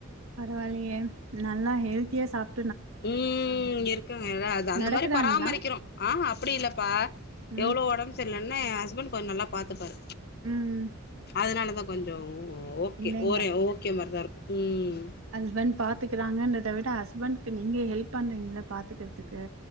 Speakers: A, on the right; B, on the left.
A: பரவால்லயே நல்லா ஹெல்த்தியா சாப்
B: ம் இருக்காங்க அதா அந்த
A: நடக்குறாங்களா
B: மாரி பராமரிக்கிறோ ஆ அப்டி இல்லப்பா
A: ம்
B: எவ்வளோ ஒடம்பு சரிலன்ன எ ஹஸ்பண்ட் கொஞ்சோ நல்லா பாத்துப்பாரு
A: ம்
B: அதனால தா கொஞ்சோ ஓகே
A: இல்லைங்க
B: ஓரே ஓகே மாரி தா இருக்கு ம்
A: ஹஸ்பண்ட் பாத்துக்குறாங்கன்றத விட ஹஸ்பண்ட்கு நீங்க ஹெல்ப் பண்ணுவீங்கல்ல பாத்துக்கறதுக்கு